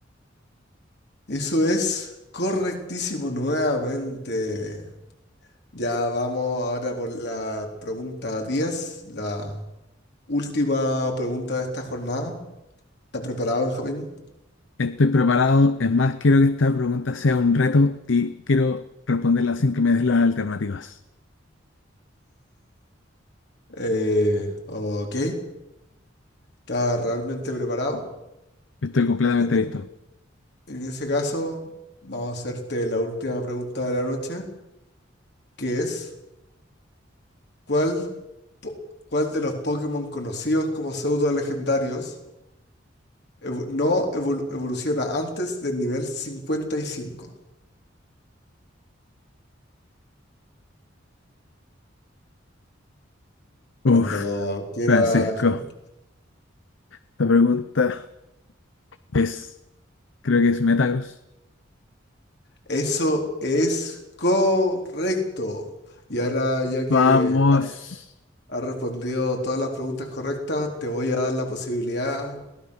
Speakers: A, on the left; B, on the left.
A: Eso es correctísimo nuevamente. Ya vamos ahora por la pregunta 10, la última pregunta de esta jornada. ¿Está preparado, Benjamín?
B: Estoy preparado. Es más, quiero que esta pregunta sea un reto y quiero responderla sin que me des las alternativas.
A: Eh, ok, ¿está realmente preparado?
B: Estoy completamente
A: En,
B: listo.
A: en ese caso, vamos a hacerte la última pregunta de la noche, que es, ¿cuál, po- cuál de los Pokémon conocidos como pseudo legendarios evo- no evol- evoluciona antes del nivel 55?
B: Uf,
A: Cuando quiera,
B: Francisco,
A: Benjamín.
B: esta pregunta es, creo que es Metagross.
A: Eso es correcto. Y ahora, ya que
B: Vamos.
A: Has respondido todas las preguntas correctas. Te voy a dar la posibilidad